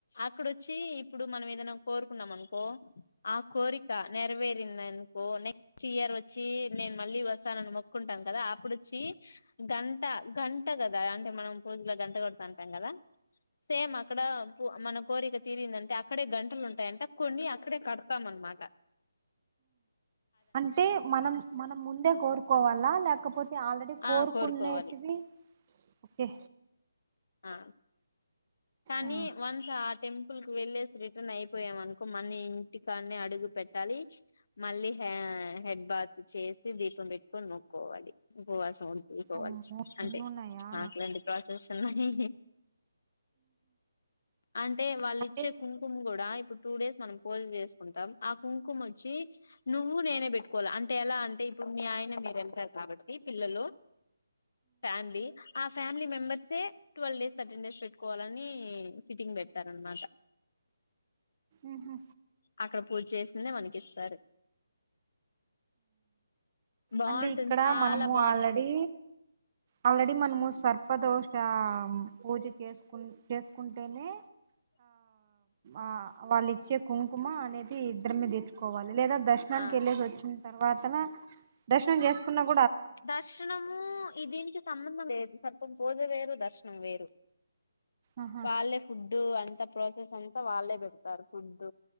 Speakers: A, on the left; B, on the right.
A: అక్కడ వచ్చి ఇప్పుడు మనం ఏదైనా కోరుకున్నాంనుకో ఆ కోరిక నెరవే అనుకో నెక్స్ట్ ఇయర్ వచ్చి నేను మళ్ళీ వస్తాను అని కుంటాం కదా అప్పుడు వచ్చి గంట గంట అంత కదా అంటే మనం పూజలో గంట కొడుతు అంటాం కదా సేమ్ అక్కడ మన కోరిక తీరిందంటే అక్కడే గంటలు ఉంటాయి అంట కొనీ అక్కడే క డతాం అన మాట
B: అంటే మనం మనం ముందే కోరుకోవాలా లేకపోతే ఆల్రెడీ కోరుకునేటివి
A: ఆ కోరుకోవాలి
B: ఓకే
A: ఆ కానీ
B: ఆ
A: వన్స్ ఆ టెం పుల్కి వెళ్ళేసి రిటర్న్ అయిపోయాంనుకో మన్ని ఇంటికాన్న అడుగు పెట్టాలి మళ్ళీ ఆ హెడ్ బాత్ చేసి దీపం పెట్టుకని నొక్కోవాలి ఉపవాసం ఉంట తీకోవాలి
B: అమ్మో
A: అంటే
B: ఇన్నున్నాయా
A: అల్లాంటి ప్రాసెస్ ఉన్నాయి అంటే వాళ్ళు
B: అంటే
A: ఇచ్చే కుంకుమ కూడా ఇప్పుడు టూ డేస్ మనం పూజ చేసుకుంటాం ఆ కుంకుమ వచ్చి నువ్వు నేనే పెట్టుకోవాలి అంటే ఎలా అంటే ఇప్పుడు మీ ఆయన మీరుంటారు కాబట్టి పిల్లలు ఫ్యామిలీ ఆ ఫ్యామిలీ మెంబర్సే ట్వెల్వ్ డేస్ అర్టెన్ డేస్ పె కోవాలని ఫిట్టింగ్ పెడతారనమాట
B: ఆహా
A: అక్కడ పూజ చేసిందే మనకి ఇస్తారు బాగుంటుంది
B: అంటే ఇక్కడ
A: చాలా
B: మనము
A: బాగుంటుంది
B: ఆల్రెడీ ఆల్రెడీ మనము సర్పదోశ పూజ చేసుకు చేసుకుంటేనే
A: <inaudible>
B: ఆ వాళ్ళు ఇచ్చే కుంకుమ అనేది ఇద్దరిమ తీసుకోవాలి లేదా దర్శనానికి
A: ఆ
B: వెళ్ళేసి వచ్చి తర్వాతన దర్శనం చేసుకున్న
A: దర్శనము ఈ దీనికి సంబంధం లేదు సర్పం పూజ వేరు దర్శనం వేరు
B: ఆహా
A: వాళ్ళే ఫుడ్డు అంతా ప్రాసెస్ అంతా వాళ్ళే పెడతారు ఫుడ్